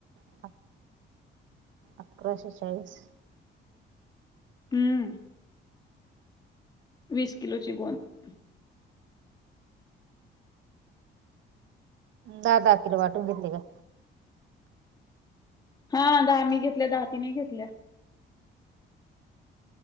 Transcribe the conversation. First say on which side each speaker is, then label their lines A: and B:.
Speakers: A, on the right (about 80°); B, on the left (about 20°).
A: ह अकराशे चाळीस.
B: हम्म वीस किलोची गोंद
A: दहा दहा किलो वाटून घेतली का?
B: हा दहा मी घेतल्या दहा तीने घेतल्या.